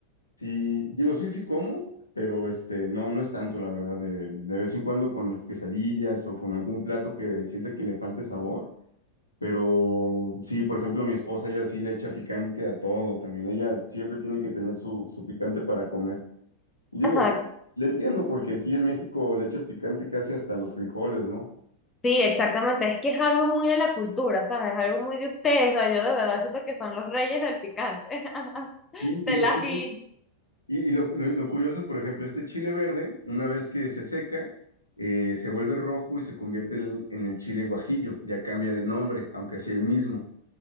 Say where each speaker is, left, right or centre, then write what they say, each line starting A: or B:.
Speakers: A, on the left; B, on the left.
A: Sí, digo, sí, sí como, pero este, no, no es tanto, la verdad, de, de vez en cuando con las quesadillas o con algún plato que sienta que le falte sabor, pero sí, por ejemplo, mi esposa ella sí le echa picante a todo también, ella siempre tiene que tener su, su picante para comer. Y digo,
B: Ajá,
A: le, le entiendo porque aquí en México le echas picante casi hasta los frijoles, ¿no?
B: sí, exactamente. Es que es algo muy de la cultura, ¿sabes? Es algo muy de ustedes. O sea, yo de verdad siento que son los reyes del picante, <laughs>
A: Sí, y
B: del
A: lo
B: ají.
A: curioso Y, y lo, lo- lo curioso es, por ejemplo, este chile verde, una vez que se seca, eh, se vuelve rojo y se convierte en, en el chile guajillo, ya cambia de nombre, aunque sea el mismo,